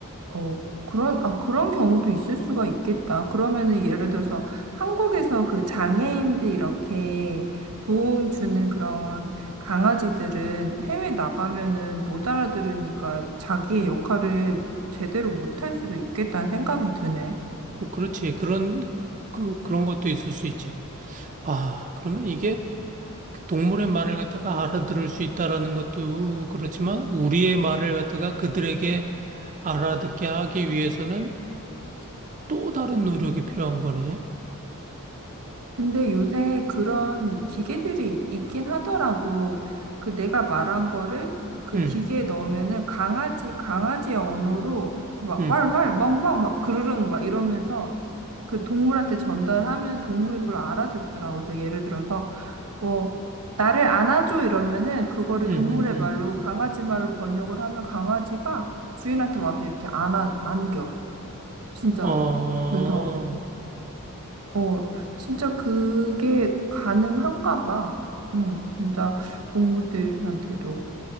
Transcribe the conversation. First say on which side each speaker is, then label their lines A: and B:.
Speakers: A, on the right (about 85°); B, on the right (about 35°).
A: 어, 그런 아, 그런 경우도 있을 수가 있겠다. 그러면은 예를 들어서 한국에서 그 장애인들 이렇게 도움 주는 그런 강아지들은 해외 나가면은 못 알아들으니까 자기의 역할을 제대로 못할 수도 있겠다는 생각이 드네.
B: 어, 그렇지. 그런, 그, 그런 것도 있을 수 있지. 아, 그러면 이게 그 동물의 말을 갖다가 알아들을 수 있다라는 것도 그렇지만, 우리의 말을 갖다가 그들에게 알아듣게 하기 위해서는 또 다른 노력이 필요한 거네.
A: 근데 요새 그런 기계들이 있긴 하더라고. 그 내가 말한 거를 그
B: 응,
A: 기계에 넣으면은 강아지, 강아지의 언어로 이렇게 막
B: 응,
A: 왈왈, 멍멍, 막 그르릉 막 이러면서 그 동물한테 전달하면 동물이 그걸 알아듣더라고. 그래서 예를 들어서 뭐 나를 안아줘 이러면은 그거를
B: 응,
A: 동물의
B: 응, 응.
A: 말로 강아지 말로 번역을 하면 강아지가 주인한테 와서 이렇게 안아, 안겨. 진짜로.
B: 어,
A: 그래서 어, 진짜 그게 가능한가 봐. 응, 진짜 동물들한테도.